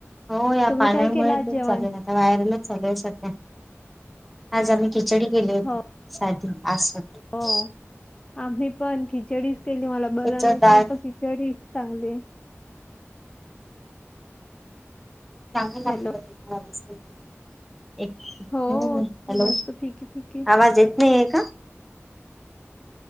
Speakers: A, in the centre; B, on the left.
A: हो या
B: तुम्ही
A: पाण्यामुळे
B: काय केला आज
A: तेच
B: जेवण
A: चालेल आता वायरलाच चालेल सध्या.. आज आम्ही खिचडी गेली होती
B: हो
A: साधी आस वाटत
B: हो आम्ही पण खिचडीच केली मला बर
A: त्याच
B: नाही
A: डाळ
B: तर म्हण तो खिचडीच चांगले
A: चांग
B: हॅलो
A: लागलं थथ ह
B: हो
A: हॅलो
B: मस्त फिकी फिकी
A: आवाज इेत नाही आहे का